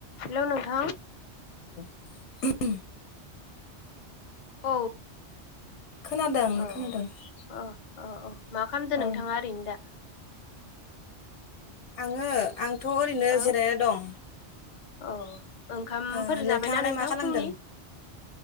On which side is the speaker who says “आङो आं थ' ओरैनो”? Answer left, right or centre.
Left